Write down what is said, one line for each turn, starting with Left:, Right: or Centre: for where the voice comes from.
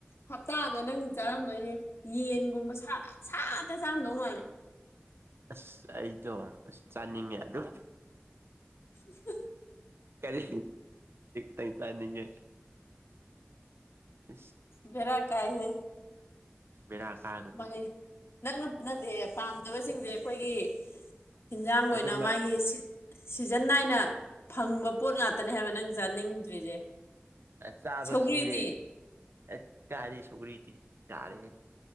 Left: ꯍꯞꯇꯥꯗ ꯅꯪ ꯆꯥꯔꯝꯗꯣꯏꯁ ꯌꯦꯟꯒꯨꯝꯕ ꯁꯥꯂꯦ ꯁꯥꯠꯇ ꯆꯥꯔꯝꯗꯧ ꯃꯥꯜꯂꯦ
Right: ꯑꯁ ꯑꯩꯗꯣ ꯑꯁ ꯆꯥꯅꯤꯡꯉꯦ ꯑꯗꯨ
Left: ꯎ
Right: ꯀꯔꯤ ꯇ ꯆꯥꯅꯤꯡꯉꯦ ꯏꯁ
Left: ꯚꯔꯥ ꯀꯥꯏ ꯍ
Right: ꯚꯦꯔꯥ ꯀꯥ
Left: ꯃ ꯅꯪ ꯅꯠꯇꯦ ꯐꯝ ꯐꯕ ꯁꯤꯡꯁꯦ ꯑꯩꯈꯣꯏꯒꯤ ꯍꯟꯖꯥꯡ ꯑꯣꯏꯅ
Right: ꯑꯗꯨꯝꯕ
Left: ꯃꯥꯒꯤ ꯁꯤꯖꯟ ꯅꯥꯏꯅ ꯐꯪꯕ ꯄꯣꯠ ꯉꯥꯛꯇꯅꯦ ꯍꯥꯏꯕ ꯅꯪ ꯆꯥꯅꯤꯡꯗ꯭ꯔꯤꯁꯦ
Right: ꯑꯁ ꯆꯥꯕ
Left: ꯁꯧꯒ꯭ꯔꯤꯗꯤ
Right: ꯈꯤꯔꯦ ꯑꯁ ꯆꯥꯔꯤ ꯁꯧꯔꯤꯗꯤ ꯆꯥꯔꯦ